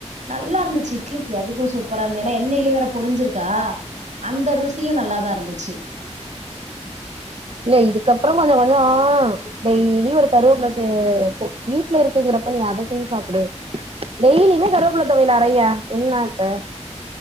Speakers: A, on the right; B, on the right.
A: நல்லா இருந்துச்சு இட்லிக்கு அதுக்கு சூப்பரா இருநது ஏனா எண்ணயிலே வேற பொரிஞ்சிருக்கா அந்த ருசியு நல்லாதா இருந்துச்சி
B: இல்ல இதுக்கப்புறம் கொஞ்சம் கொஞ்சம் டெய்லியும் ஒரு கருவேப்பிலை வீட்டுல இருக்குங்கிறப்ப நீ அதை செஞ்சு சாப்பிடு டெய்லியுமே கருவப்பிள்ளை தொவையல அரைங்க என்ன இப்ப